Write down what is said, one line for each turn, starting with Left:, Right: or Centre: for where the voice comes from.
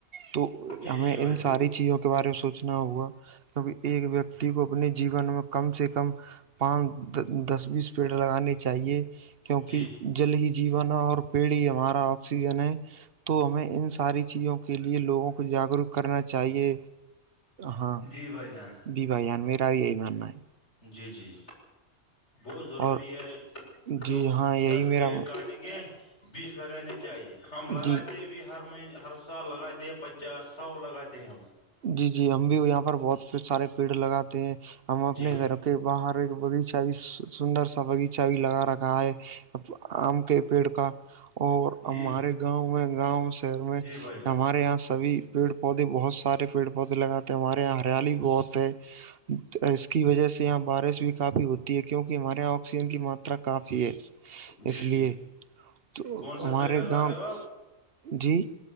Right: تو ہمیں
Left: جی جی بھائی
Right: ان
Left: جان
Right: ساری چیزوں کے بارے میں سوچنا ہوا کیونکہ ایک و کو اپنے جین میں کم سے کم پانچ دس بیس پیڑ لگانے چاہیے کیونکہ
Left: جی
Right: جل ہی جیون ہے اور پیڑ ہی ہمارا آکسیجن ہے تو ہمیں ان ساری چیزوں کے لیے لوگوں کو جاگروک کرنا چاہیے ہاں
Left: جی بھائی جان
Right: جی بھایی جان میرا بھی یہی ماننا ہے
Left: جی جی بہت ضروری
Right: اور
Left: ہے
Right: جی
Left: جو
Right: ہاں یہی
Left: دس
Right: میرا
Left: پیڑ کاٹ یں گے بیس لگانے چاہیے ہم
Right: جی
Left: لگاتے ہیں بھی ہر مہینے ہر سال لگاتے ہیں پچی کیا سو لگاتے ہیں ہم
Right: جی جی ہم بھی یہاں پر بہت سارے پیڑ لگاتے ہیں ہم اپنے
Left: جی
Right: گھر کے باہر ایک باغیچہ بھی سندر سا باغیچہ بھی لگا رکھا ہے آم کے پیڑ کا اور ہمارے
Left: جی
Right: گاؤں میں گاؤں شہر میں
Left: جی بھائی جان
Right: ہمارے یہاں سبھی پیڑ پودے بہت سارے پیڑ پودے لگاتے ہمارے یہاں ہریالی بہت ہے اس کی وجہ سے یہاں بارش بھی کافی ہوتی ہے کیونکہ ہمارے یہاں آکسیجن کی ماترا کافی ہے
Left: جی
Right: اس لیے
Left: جی
Right: تو
Left: کون سا
Right: ہمارے
Left: پیڑ لگا
Right: گاؤں
Left: رہے ہو آپ
Right: جی